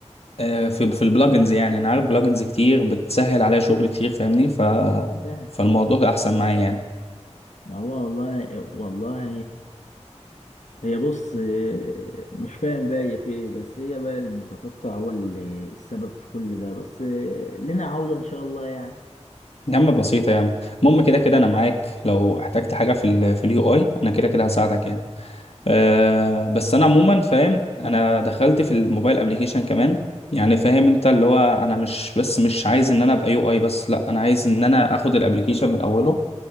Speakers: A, on the left; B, on the left.
A: آه، في في البلجنز يعني انا عارف بلجنز كتير بتسهل عليا شغل كتير فاهمني ف
B: ف-
A: فالموضوع احسن معايا يعني
B: ما هو والله والله هي بص آه، مش فاهم بقى هي في ايه بس هي بقى المتقطع هو اللي السبب في كل ده بس آه، لنا عودة إن شاء الله يعني
A: يا عم بسيطة يا عم المهم كده كده انا معاك لو احتجت حاجة في ال في اليو اي انا كده كده هساعدك يعني أه بس انا عموما فاهم
B: انت
A: انا دخلت في الموبايل ابليكيشن كمان يعني فاهم انت اللي هو انا مش بس مش عايز ان انا ابقى يو اي بس لا انا عايز ان انا اخد الابليكيشن من اوله